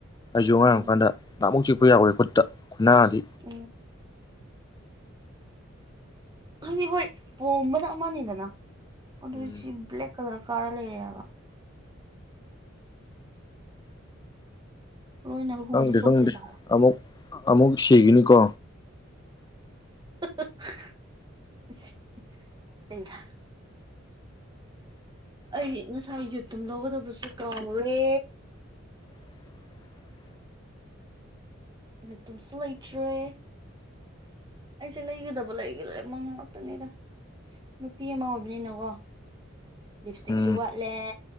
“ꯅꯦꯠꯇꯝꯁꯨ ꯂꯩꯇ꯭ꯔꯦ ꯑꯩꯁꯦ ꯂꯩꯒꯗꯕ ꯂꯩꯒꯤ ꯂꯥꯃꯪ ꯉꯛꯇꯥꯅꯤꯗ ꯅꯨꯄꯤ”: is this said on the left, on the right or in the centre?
Right